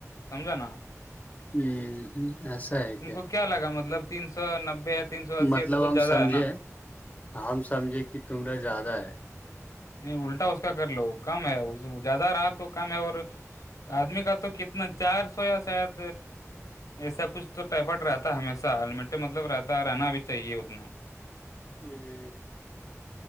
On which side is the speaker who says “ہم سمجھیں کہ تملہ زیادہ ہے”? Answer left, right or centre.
Left